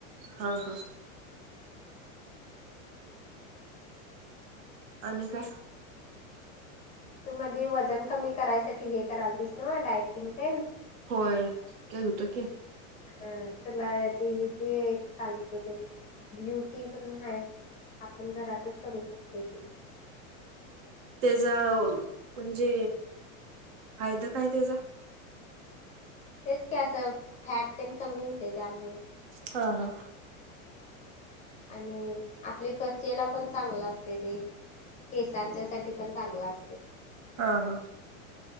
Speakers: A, on the right; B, on the left.
A: हा हा. आणि काय?
B: तू मध्ये वजन कमी करायसाठी हे करायला दिस ना डायटिंग ते.
A: होय कालतं के.
B: हा तुला ते जे एक सांगतो ते ब्ल्युटी पण आहे. आपण घरातच करू शकतोयं ते.
A: त्याचा म्हणजे फायदा काय त्याचा?
B: तेचं कि असं फॅट पण कमी होते त्यामुळं.
A: हा हा.
B: आणि आपली त्वचेला पण चांगला असते ते. केसांच्या साठी पण चांगला असते.
A: हा हा.